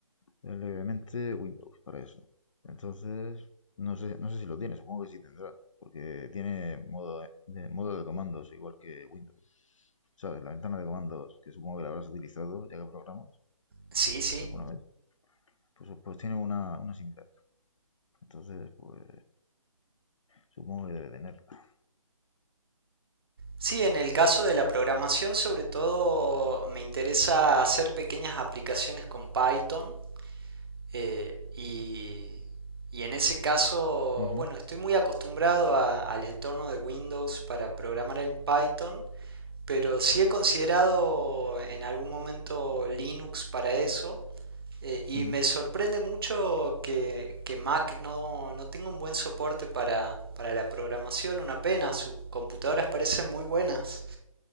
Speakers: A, on the left; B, on the right.
A: levemente Windows para eso. Entonces, no sé, no sé si lo tiene, supongo que sí tendrá. Porque tiene modo de, modo de comandos, igual que Windows. ¿Sabes? La ventana de comandos, que supongo que la habrás utilizado ya que programas
B: Sí, sí.
A: alguna vez. pues, pues tiene una, una similar. Entonces, pues supongo que debe tenerla.
B: Sí, en el caso de la programación, sobre todo me interesa hacer pequeñas aplicaciones con Python eh, y, y en ese caso,
A: Ujú,
B: bueno, estoy muy acostumbrado a- al entorno de Windows para programar en Python, pero sí he considerado en algún momento Linux para eso. eh, y
A: ujú.
B: me sorprende mucho que, que Mac no, no tenga un buen soporte para, para la programación, una pena, sus computadoras parecen muy buenas.